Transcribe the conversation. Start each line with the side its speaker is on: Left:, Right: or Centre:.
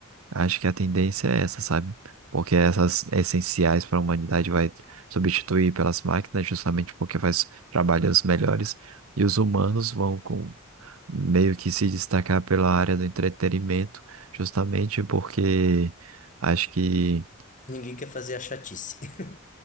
Right: Acho que a tendência é essa, sabe? Porque essas essenciais para a humanidade vai substituir pelas máquinas, justamente porque faz trabalhos melhores, e os humanos vão com- meio que se destacar pela área do entretenimento, justamente porque acho que.
Left: Ninguém quer fazer a chatice. <laughs> <laughs>